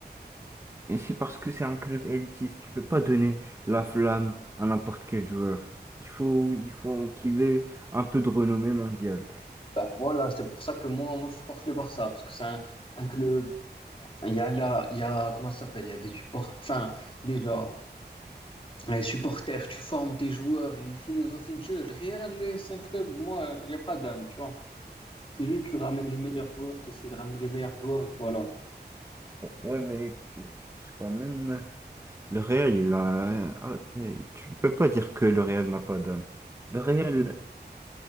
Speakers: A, on the right; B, on the left.
A: Et c'est parce que c'est un club élitiste. Tu peux pas donner la flamme à n'importe quel joueur. Il faut, il faut qu'il ait un peu de renommée mondiale.
B: Bah, voilà, c'est pour ça que moi, moi, je supporte le Barça parce que c'est un, un club. Il y a là, il y a, comment ça s'appelle? Il y a des supports, enfin, déjà, les supporters, tu formes tes joueurs, il y a une philosophie de jeu. Le Real, c'est un club, moi, il n'y a pas d'âme, tu vois. C'est juste, tu ramènes les meilleurs joueurs, tu essaies de ramener les meilleurs joueurs et voilà.
A: Ouais, mais c'est quand même. Le réel, il a. ah, hey, Tu peux pas dire que le réel n'a pas d'âme. Le réel,